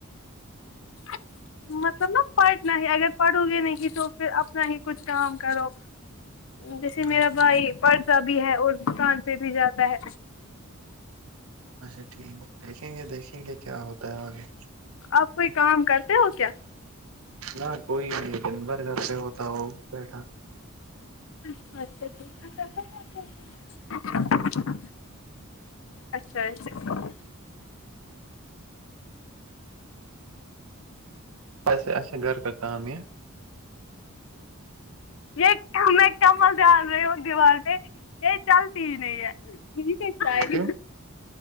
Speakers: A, on the left; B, on the right.
A: <inaudible> مطلب نا پڑھنا ہی اگر پڑھو گے نہیں تو پھر اپنا ہی کچھ کام کرو جیسے
B: دیکھیں،
A: میرا بھائی پڑھتا بھی ہے اور کان پہ بھی جاتا ہے
B: اچھا ٹھیک دیکھیں گے دیکھیں گے کیا ہوتا ہے آگے
A: آپ کوئی کام کرتے ہو کیا
B: ہ کوئی نہیں دن بھر کر سے ہوتا وہ بیٹھا
A: چ اچھا ٹھیکسا کیا اچھا اچھا
B: سے اچا گھر کا کا یہ
A: یہ میں کمل دال رہی ہوں دیوار میں یہ چلتی ہی نہیں ہے
B: کیوں